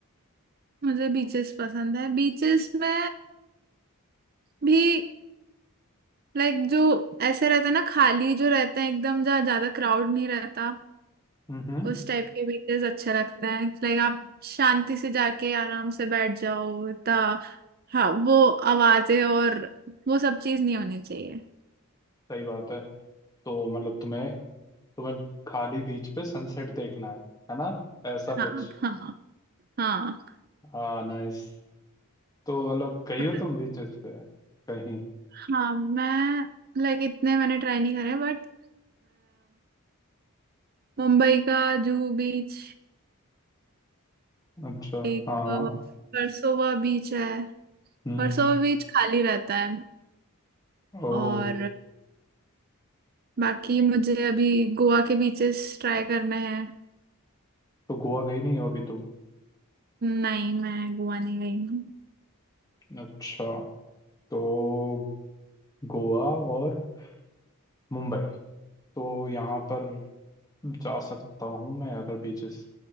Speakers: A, on the right (about 40°); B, on the left (about 15°).
A: मुझे बीचेस पसंद है बीचेस में भी लाइक जो ऐसे रहते हैं ना खाली जो रहते हैं एकदम जहाँ ज्यादा क्राउड नहीं रहता
B: हम्म हम्म
A: उस टाइप के बीचेस अच्छे लगते हैं लाइक आप शांति से जाके आराम से बैठ जाओ ता हाँ वो आवाजें और वो सब चीज नहीं होनी चाहिए
B: सही बात है तो मतलब तुम्हें तुम्हें खाली बीच पे सनसेट देखना है है ना ऐसा
A: हाँ
B: कुछ
A: हाँ हाँ
B: हाँ नाइस तो मतलब गई
A: और-
B: हो तुम बीचेस पे कहीं
A: हाँ मैं लाइक इतने मैंने ट्राई नहीं करे बट मुंबई का जुहू बीच
B: अच्छा
A: एक
B: हाँ हाँ
A: अ, वर्सोवा बीच है
B: हम्म
A: वर्सोवा बीच खाली रहता है
B: ओ
A: और बाकी मुझे अभी गोवा के बीचेस ट्राई करने हैं
B: तो गोवा गई नहीं हो अभी तुम
A: नहीं मैं गोवा नहीं गई हूँ
B: अच्छा तो गोवा और मुंबई तो यहाँ पर जा सकता हूँ मैं अगर बीचेस